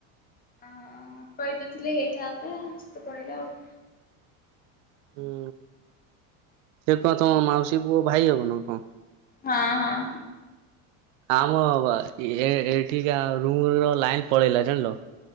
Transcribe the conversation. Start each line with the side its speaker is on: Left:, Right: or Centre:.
Left: ଅ କଇଦେଇଥିଲେ ହେଇଥାନ୍ତା ସେତ ପଳେଇଲା ଆଉ।
Right: ହୁଁ ସେ କଣ ତମ ମାଉସୀ ପୁଅ ଭାଇ ହବନ କଁ?
Left: ହଁ ହଁ।
Right: ଆମ ଏ ଏଠିକା ରୁମ ର ଲାଇନ୍ ପଳେଇଲା ଜାଣିଲ।